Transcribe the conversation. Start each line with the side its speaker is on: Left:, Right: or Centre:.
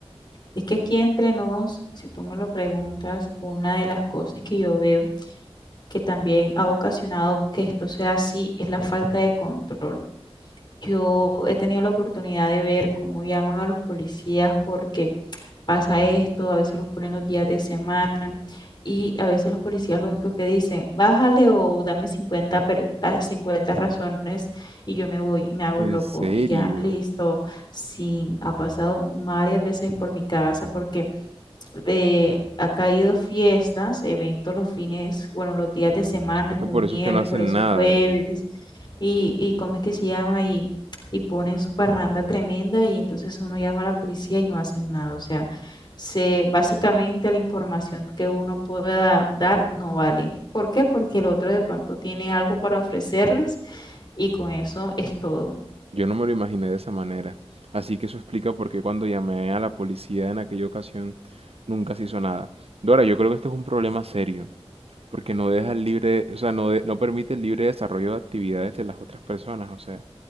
Left: Es que aquí entre nos, si tú me lo preguntas, una de las cosas que yo veo que también ha ocasionado que esto sea así es la falta de control. Yo he tenido la oportunidad de ver cómo llaman a los policías porque pasa esto, a veces los ponen los días de semana y a veces los policías lo único que dicen, bájale o dame 50 per- da 50 razones y yo me voy, y me hago
Right: En
Left: el loco
Right: serio.
Left: y ya, listo. Sí, ha pasado varias veces por mi casa porque eh, ha caído fiestas, eventos los fines, bueno, los días de semana,
Right: sea
Left: como
Right: que por
Left: un
Right: eso
Left: miércoles,
Right: es que no hacen nada,
Left: un jueves
Right: ¿verdad?
Left: y, y cómo es que se llama y, y ponen su parranda tremenda y entonces uno llama a la policía y no hacen nada. O sea, se, básicamente la información que uno pueda dar no vale. ¿Por qué? Porque el otro de pronto tiene algo para ofrecerles y con eso es todo.
Right: Yo no me lo imaginé de esa manera. Así que eso explica por qué cuando llamé a la policía en aquella ocasión nunca se hizo nada. Dora, yo creo que este es un problema serio, porque no deja el libre, o sea, no, de- no permite el libre desarrollo de actividades de las otras personas. O sea,